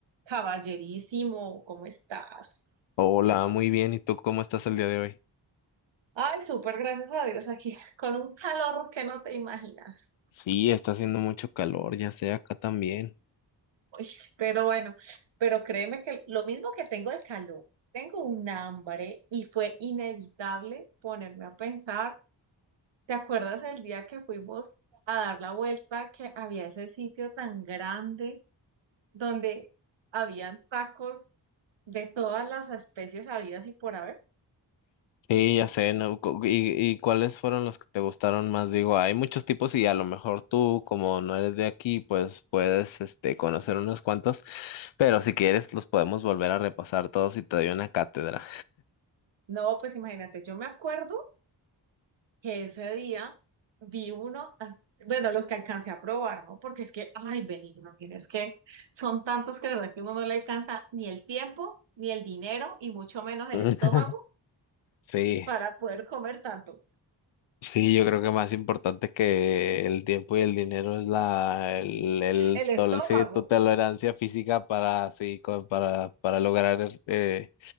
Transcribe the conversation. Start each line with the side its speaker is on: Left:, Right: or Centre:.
Right: Caballerísimo, ¿cómo estás?
Left: Hola, muy bien. ¿Y tú cómo estás el día de hoy?
Right: Ay, súper, gracias a Dios aquí, con un calor que no te imaginas.
Left: Sí, está haciendo mucho calor, ya sé, acá también.
Right: Uy, pero bueno, pero créeme que lo mismo que tengo el calor, tengo un hambre y fue inevitable ponerme a pensar, ¿te acuerdas el día que fuimos a dar la vuelta, que había ese sitio tan grande donde habían tacos de todas las especies habidas y por haber?
Left: Sí, ya sé, ¿no? Cu- ¿Y, y cuáles fueron los que te gustaron más? Digo, hay muchos tipos y a lo mejor tú, como no eres de aquí, pues puedes, este, conocer unos cuantos, pero si quieres los podemos volver a repasar todos y te doy una cátedra.
Right: No, pues imagínate, yo me acuerdo que ese día vi uno, as- bueno, los que alcancé a probar, ¿no? Porque es que, ay, Benigno, tienes que, son tantos que la verdad que uno no le alcanza ni el tiempo, ni el dinero, y mucho menos el
Left: <laughs>
Right: estómago
Left: Sí.
Right: para poder comer tanto.
Left: Sí, yo creo que más importante que el tiempo y el dinero es la el, el
Right: El estómago.
Left: tol- sí, tu tolerancia física para sí co- para para lograr eh,